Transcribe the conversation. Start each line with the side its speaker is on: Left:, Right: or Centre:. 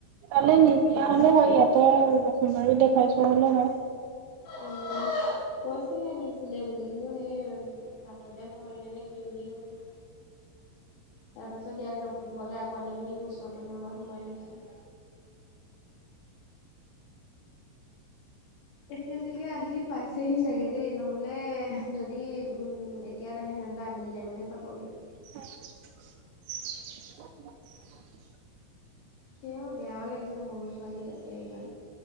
Right: তালে নিনিয়া হ'লেও হয়, ইয়াতে আৰু লখিমবাৰী দেখাই চোৱা হ'লেও হয়।
Left: উম। কৈছেহে নিছিলে বুলি, কিন্তু সেই বাটতে মৰিলেনে কি বুলি কৈছে। তাৰ পিছত ইয়াত লক্ষিমপুৰলৈ আকৌ আনি পিনি পোষ্টমৰ্টেমৰ ৰোমত সোমাই থৈছে। এতিয়া চাগে আহি পাইছেহি চাগে দেই নহ'লে যদি উম এ তিয়া <unintelligible> সিহঁতে আবেলি টাইমতহে পাবহি।
Right: <unintelligible>
Left: সেয়াও বেয়াও লাগিছে সৰু ছোৱালী তাতে ইমান।